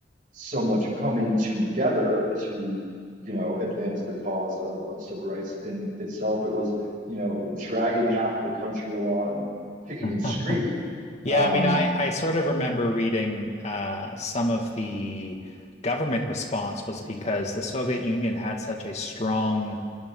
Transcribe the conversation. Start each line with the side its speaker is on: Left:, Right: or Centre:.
Right: so much coming together to, you know, advance the cause of, of civil rights in itself. It was, you know, dragging half of the country along, kicking and screaming,
Left: Huh. Yeah,
Right: um,
Left: I mean, I, I sort of remember reading uh, some of the government response was because the Soviet Union had such a strong